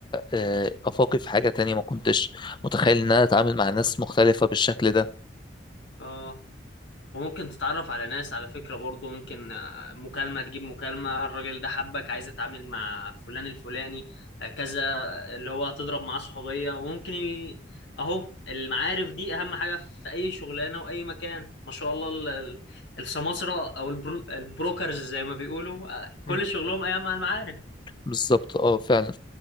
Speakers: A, on the left (about 25°); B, on the left (about 70°).
A: آه، آفاقي في حاجة تانية ما كنتش متخيل إن أنا أتعامل مع ناس مختلفة بالشكل ده
B: اه وممكن تتعرف على ناس على فكرة برضو ممكن آه، مكالمة تجيب مكالمة الراجل ده حبك عايز اتعامل مع فلان الفلاني هكذا آه، اللي هو هتضرب معاه صحوبية وممكن ي... اهو المعارف دي اهم حاجة في اي شغلانة واي مكان ما شاء الله ال- ال- السماسرة او البرو... البروكرز زي ما بيقولوا آه، كل
A: مم.
B: شغلهم ايام مع المعارف
A: بالظبط اه فعلا